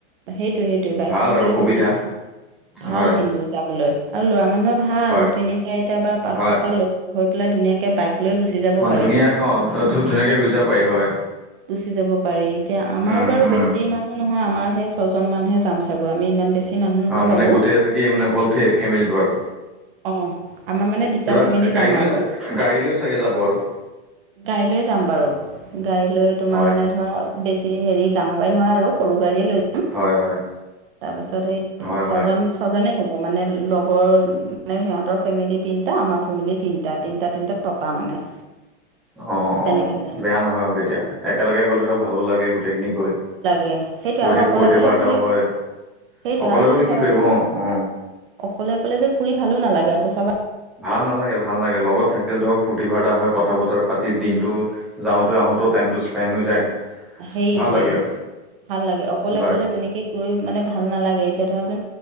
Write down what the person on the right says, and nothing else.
সেইটোয়ে সেইটোৱে বাইক
চাইক
লৈ
গুচি যায় ভাল
কিন্তু যাবলৈ। আৰু ল'ৰা মানুহৰ ভাল
তিনি চাৰিটা বা পাঁচ
ছটা লগ হৈ পেলাই ধুনীয়াকে বাইক লৈ গুচি- যাব
পাৰি
গুচি যাব পাৰি এতিয়া আমাৰ
বাৰু
বেছি মানুহ নহয় আমাৰ সে- ছজন মান হে যাম চাগৈ আমি ইমান বেছি মানুহ নহয়
বাৰু
অঁ আমাৰ মানে দুটা
ফেমিলি
যাম
আৰু।
গাড়ী লৈ যাম বাৰু গাড়ী লৈ তোমাৰ
মানে ধৰ আও বেছি হেৰি ডাঙৰ গাড়ী নহয় সৰু গাড়ীয়ে লৈ
তাৰ পিছত সেই
ছজন
ছ ছজনে হ'ব মানে লগৰ মানে সিহঁতৰ ফেমিলি তিনিটা আমাৰ ফেমিলি তিনিটা তিনিটা তিনিটা ছটা মানে
তেনেকৈ
যাম
এ সেইটো
আৰু অকলে
অকলে
ফুৰি
সেইটোৱে
আৰু তুমি
চাবাচোন
ন
অকলে অকলে যে ফুৰি ভালো নালাগে আকৌ চাবা
সেইটোৱে
ভাল লাগে অকলে
অকলে তেনেকে গৈ মানে ভাল নালাগে এতিয়া ধৰা চোন